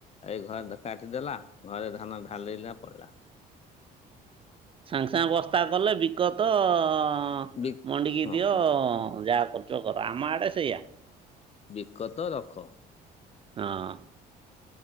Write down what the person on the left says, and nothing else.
ଏଇ ଘରେ କାଟି ଦେଲା ଘରେ ଧାନ ଢାଲିଲା ପଳେଇଲା।
ବି
ହଁ
ବିକତ ରଖ।